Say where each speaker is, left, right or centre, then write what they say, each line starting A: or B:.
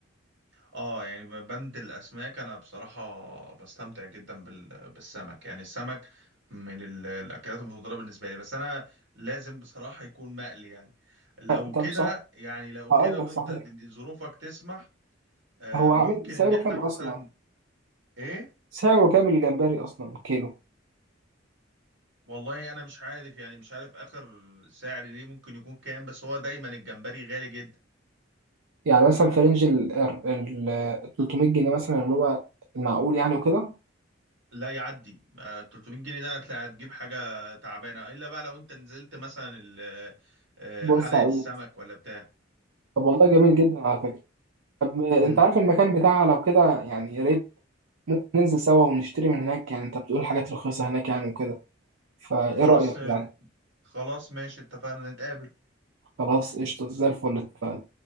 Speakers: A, on the right; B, on the right.
A: اه يعني بند الاسماك انا بصراحه بستمتع جدا بال... بالسمك يعني السمك من ال... الاكلات المفضله بالنسبه لي بس انا لازم بصراحه يكون مقلي يعني لو
B: أه، طب
A: كده
B: صحيح
A: يعني لو
B: هقول
A: كده وانت
B: لك صحيح
A: د- ظروفك تسمح آه،
B: هو
A: ممكن
B: عامل سعره
A: ان احنا
B: كام
A: مثلا
B: اصلا؟
A: ايه
B: سعره كام الجمبري اصلا كيلو؟
A: والله انا مش عارف يعني مش عارف اخر سعر ليه ممكن يكون كام بس هو دايما الجمبري غالي جدا
B: يعني مثلا في رينج ال ال- ال- 300 جنيه مثلا اللي هو المعقول يعني وكده
A: لا يعدي آه، 300 جنيه ده هتلاقي هتجيب حاجة تعبانة الا بقى لو انت نزلت مثلا ال- آه،
B: بورسعيد
A: حلقة السمك ولا بتاع
B: طب والله جميل جدا على فكرة طب انت
A: مم.
B: عارف المكان بتاعها لو كده يعني يا ريت ممكن ننزل سوا ونشتري من هناك يعني انت بتقول حاجات رخيصة هناك يعني وكده فايه
A: خلاص
B: رأيك
A: آه،
B: يعني؟
A: خلاص ماشي اتفقنا نتقابل
B: خلاص قشطة زي الفل اتفقنا